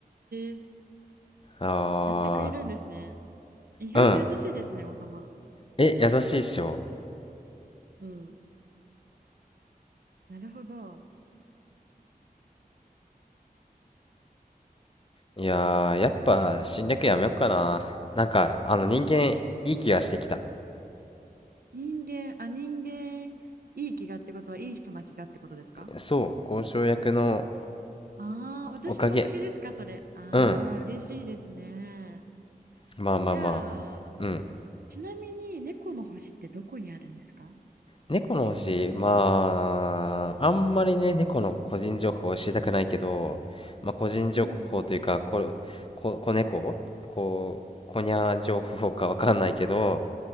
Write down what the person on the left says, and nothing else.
あ
ー、うん。
え、優しいっしょ
いやー、やっぱ侵略やめよっかな。なんか、あの人間、いい気がしてきた。
そう、交渉役の
おかげ。
うん。
まあまあまあ。
うん。
猫の星、まあ、あんまりね、猫の個人情報を知りたくないけど、まあ個人情報というか、
こ、こ、子猫こ、こにゃー情報かわかんないけど、